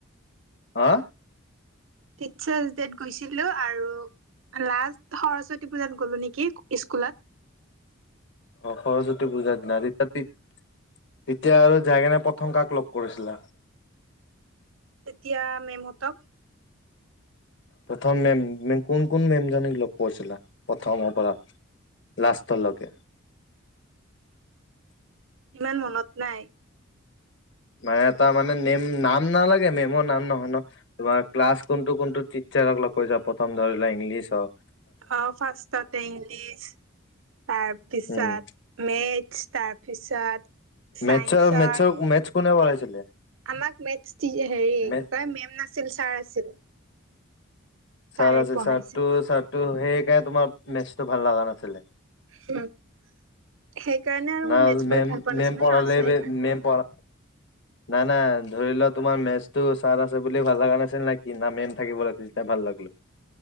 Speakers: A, on the left; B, on the right.
A: হা?
B: টিটচাৰ্চ ডেত গৈছিলোঁ আৰু লাষ্ট সৰস্বতী পূজাত গ'লো নেকি ইস্কুলত।
A: অ', সৰস্বতী পূজাৰ দিনা। ৰিত্যাতিত তেতিয়া আৰু যায় কেনে প্ৰথম কাক লগ কৰিছিলা?
B: তেতিয়া মেম হ'তক।
A: প্ৰথম মেম- কোন কোন মেম জনীক লগ কৰিছিলা প্ৰথমৰ পৰা। লাষ্টলকে।
B: ইমান মনত নাই।
A: মানে তাৰ মানে নেম নাম নালাগে, মেমৰ নাম নহয় ন'। তোমাৰ ক্লাছ কোনটো কোনটো টিটচাৰক লগ কৰি যা প্ৰথম। ধৰি লোৱা ইংলিছ হওঁক।
B: অ, ফাৰ্ষ্টতে ইংলিছ, তাৰপিছত
A: উম
B: মেতছ তাৰপিছত চাইন্সৰ
A: মেতচৰ মেতচৰ মেতচ কোনে পঢ়াইছিলে?
B: আমাক মেথছ তি হেৰি
A: মেথ
B: কি কয়- মেম নাছিল ছাৰ আছিল। ছাৰে
A: ছাৰ আছিল,
B: পঢ়াইছিল
A: ছাৰটো ছাৰটো সেইকাৰণে তোমাৰ মেচটো ভাল লাগা নাছিল।
B: <unintelligible> সেইকাৰণে আৰু
A: না
B: মই মেথছ কৰি
A: মেম
B: ভাল পোৱা
A: মেম
B: নাছিলো
A: পঢ়ালে
B: ন চ সেইকাৰণে
A: বে মেম পঢ়া নাই, নাই। ধৰি লোৱা তোমাৰ মেচটো চাৰ আছে বুলি ভাল লাগা নাছিল নে কি? না মেম থাকিব লাগছিল তিটা ভাল লাগিল।